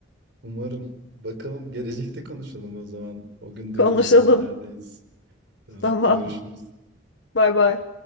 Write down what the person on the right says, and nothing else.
Umarım. Bakalım gelecekte konuşalım o zaman. O gün durduğumuzda
neredeyiz? Tamam,
görüşürüz.